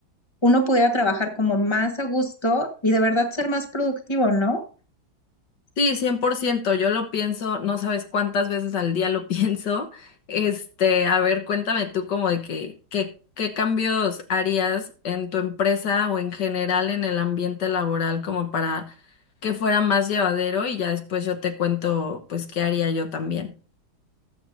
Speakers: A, on the left; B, on the left.
A: uno pudiera trabajar como más a gusto y de verdad ser más productivo, ¿no?
B: Sí, 100%. yo lo pienso, no sabes cuántas veces al día lo <laughs> pienso. Este, a ver, cuéntame tú como de que, que- qué cambios harías en tu empresa o en general en el ambiente laboral como para que fuera más llevadero y ya después yo te cuento pues qué haría yo también.